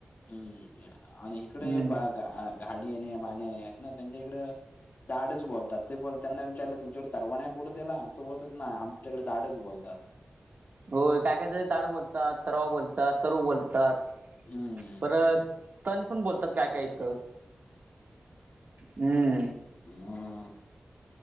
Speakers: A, on the left (about 65°); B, on the right (about 55°).
A: हम्म आणि इकडे
B: हम्म
A: घाडीणे बाणीने आहेत ना त्यांच्या इकड ताडच बोलतात. ते बोलतांना विचारलं तुमच्याकडे तरवा नाही बोलत याला. तो बोलतात नाय, आमच्याकडे ताडच बोलतात.
B: हो काय काय जन ताड बोलतात. तरवा बोलतात. तरु बोलतात.
A: हम्म
B: परत तण पण बोलतात काय काय इथ. हम्म.
A: हम् <unintelligible>